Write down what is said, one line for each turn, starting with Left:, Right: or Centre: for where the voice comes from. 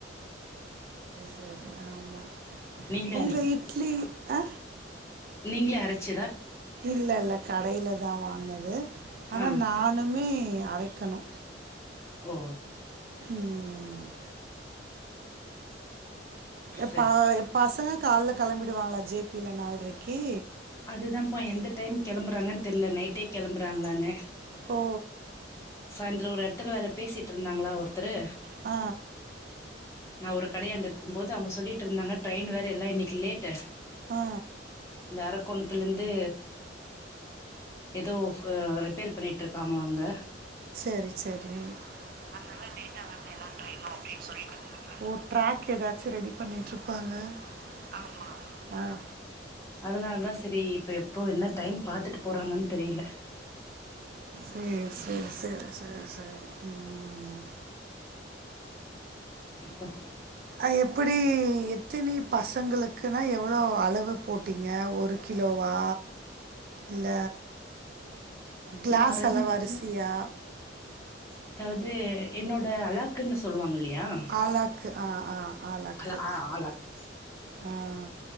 Right: சேரி ஆமா
Left: நீங்களே
Right: உங்க இட்லி அ
Left: நீங்ளே அரச்ச
Right: இல்லல்ல கடைல தா வாங்குனது ஆனா
Left: ஆ
Right: நானுமே அரை க்கணு
Left: ஓ
Right: உம் எப்பா
Left: சரி
Right: பசங்க கால்ல கெளம்பிடுவாங்ளா ஜே பில நால்ரக்கி
Left: அதுதாம்ப்பா எந்த டைம் கெளம்புறாங்கன் தெர்ல நைட்டே கெளம்புறாங்ளானு
Right: ஓ
Left: சாயந்தரோ ஒரு எட்த்துல வேற பேசிட்ருந்தாங்களா ஒருத்தரு
Right: ஆ
Left: நா ஒரு கடையாண்ட இருக்கும் போது அவுங்க சொல்லிட்ருந்தாங்க ட்ரெயின் வேற இல்ல இன்னைக்கு லேட் டு
Right: ஆ
Left: இந்தார குணுத்துலிருந்து ஏதோ ரிப்பேர் பண்ணிட்டுருக்காங்களா அங்க.
Right: சேரி சேரி அதுனால லேட்டா வருது எல்லா ட்ரெயின்னு சொல்லிட்டு இருந்தாங்க ஓ டிராக் எதச்சும் ரெடி பன்னிட்ருப்பாங்க. ஆமா ஆஹ.
Left: அதனாலதா சேரி இப்ப எப். இப்போ என்ன டைம் பாத்துட்டு போறாங்கன்னு. தெரில.
Right: சேரி சேரி சேரி. சேரி சேரி. உஹம்.
Left: ப்ப.
Right: அ எப்புடி எத்தினி பசங்களுக்குன்னா எவ்வளோ அளவு போட்டீங்க ஒரு கிலோவா இல்ல. கிளாஸ்
Left: நான் ரன்
Right: அளவு அரிசியா.
Left: அதாவது என்னோட அழக். க்னு சொல்லாங்கில்லையா. யா
Right: ஆளாக்கு ஆ ஆ ஆளாக்கு
Left: அல ஆஹ ஆலாக்
Right: ஆ